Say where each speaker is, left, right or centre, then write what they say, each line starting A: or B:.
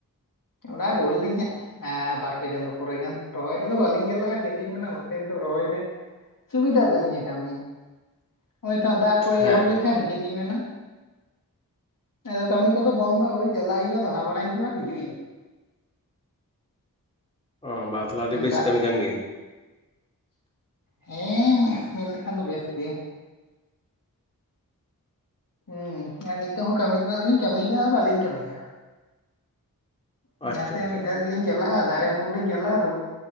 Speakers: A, on the left; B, on the left.
A: ᱚᱲᱟᱜ ᱨᱩᱣᱟᱹᱲᱞᱤᱧ ᱦᱟᱸᱜ ᱟᱨ ᱵᱟᱨ ᱯᱮ ᱪᱟᱸᱫᱚᱳ ᱯᱚᱨᱮ ᱜᱟᱱ ᱨᱚᱦᱚᱭ ᱨᱮᱫᱚ ᱵᱟᱹᱞᱤᱧ ᱧᱟᱞᱟᱜᱼᱟ ᱪᱮᱫ ᱞᱤᱧ ᱢᱮᱱᱟ ᱱᱚᱛᱮ ᱱᱤᱛᱚᱜ ᱨᱚᱦᱚᱭ ᱨᱮ ᱥᱩᱵᱤᱫᱟ ᱛᱟᱞᱞᱤᱧᱟ ᱠᱟᱹᱢᱤ ᱱᱚᱜᱼᱚᱭ ᱛᱚ ᱫᱟᱜ ᱠᱚᱭ
B: ᱦᱮᱸ
A: ᱮᱦᱚᱵ ᱞᱮᱠᱷᱟᱱ ᱪᱮᱫ ᱞᱤᱧ ᱢᱮᱱᱟ ᱟᱫᱚ ᱠᱟᱹᱢᱤ ᱠᱚᱫᱚ ᱵᱚᱱᱫᱚ ᱳᱭ ᱪᱟᱞᱟᱜ ᱦᱩᱭᱩᱜᱼᱟ ᱫᱟᱲᱟᱭ ᱦᱩᱭᱩᱜᱼᱟ ᱟᱨ ᱦᱤᱡᱩᱜ ᱦᱩᱭᱩᱜᱼᱟ
B: ᱚ ᱵᱟᱝ ᱛᱟᱦᱚᱲᱮ ᱟᱹᱰᱤ
A: ᱢᱟᱱᱮ
B: ᱵᱮᱥ
A: ᱫᱟᱜ
B: ᱠᱟᱹᱢᱤ
A: ᱛᱮ
B: ᱠᱟᱱ ᱜᱮᱭᱟ
A: ᱦᱮᱸ ᱢᱮᱱ ᱞᱮᱠᱷᱟᱱ ᱫᱚ ᱵᱮᱥ ᱜᱮ ᱦᱩᱸ ᱟᱨ ᱱᱤᱛᱚᱜ ᱦᱚᱸ ᱠᱟᱹᱢᱤ ᱛᱮᱱᱟᱜ ᱨᱮᱞᱤᱧ ᱠᱟᱹᱢᱤᱤᱭ ᱜᱮ ᱵᱟᱞᱤᱧ ᱠᱟᱹᱢᱤᱭᱟ ᱚᱱᱟᱛᱮ
B: ᱟᱪᱪᱷᱟ ᱟᱪᱪᱷᱟ
A: ᱢᱤᱫ
B: ᱟᱪᱪᱷᱟ
A: ᱫᱷᱟᱣ ᱞᱤᱧ ᱪᱟᱞᱟᱜᱼᱟ ᱫᱟᱨᱮ ᱩᱢᱩᱞ ᱞᱤᱧ ᱪᱟᱞᱟᱜᱼᱟ ᱟᱫᱚ